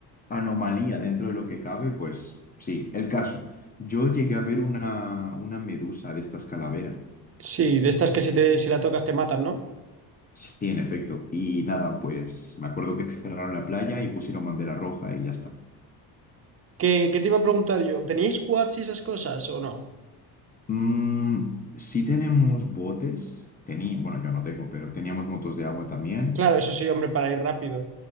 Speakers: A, on the left; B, on the right.
A: anomalía dentro de lo que cabe, pues sí, el caso. Yo llegué a ver una, una medusa de estas calavera.
B: Sí, de estas que si, te, si la tocas te matan, ¿no?
A: Sí, en efecto. Y nada, pues me acuerdo que cerraron la playa y pusieron bandera roja y ya está.
B: ¿Qué, qué te iba a preguntar yo? ¿Teníais quads y esas cosas o no?
A: Mm, sí tenemos botes. tení bueno, yo no tengo, pero teníamos motos de agua también.
B: Claro, eso sí, hombre, para ir rápido.